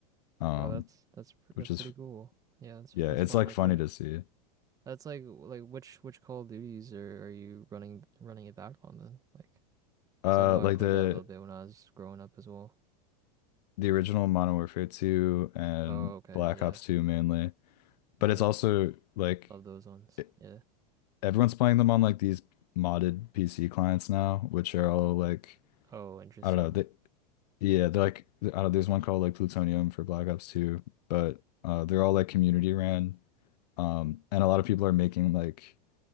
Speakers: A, on the left (about 70°); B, on the right (about 15°).
A: Um,
B: Oh, that's that's pr-
A: which
B: that's
A: is
B: pretty cool. Yeah, that's
A: yeah,
B: that's
A: it's
B: fun.
A: like
B: Like
A: funny
B: what?
A: to see.
B: That's like like which which Call of Duties are are you running running it back on then? Like,
A: Uh
B: 'cause I know
A: like
B: I played
A: the
B: that a little bit when I was growing up as well.
A: the original Modern Warfare 2 and
B: Oh, okay,
A: Black
B: yeah.
A: Ops 2 mainly, but
B: Mm,
A: it's also like
B: love those ones.
A: e-
B: Yeah.
A: everyone's playing them on like these modded PC clients now, which are all like
B: Oh, interesting.
A: I don't know. They, Yeah, they're like I don't there's one called like Plutonium for Black Ops 2, but uh they're all like community ran. Um and a lot of people are making like